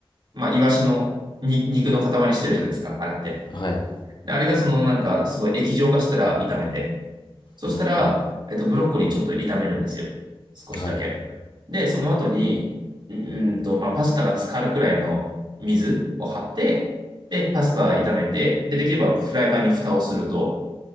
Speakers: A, on the right (about 50°); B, on the left (about 50°).
A: まあ、イワシのに肉の塊してるじゃないですか、あれって。
B: はい。
A: であれがそのなんかすごい液状化したら炒めて、そしたら、
B: うーん。
A: えっと、ブロッコリーちょっと炒めるんですよ。少しだけ。
B: はい。
A: で、その後に、うーんと、まあ、パスタが浸かるくらいの水を張って、で、パスタ炒めて、で、できればフライパンに蓋をすると、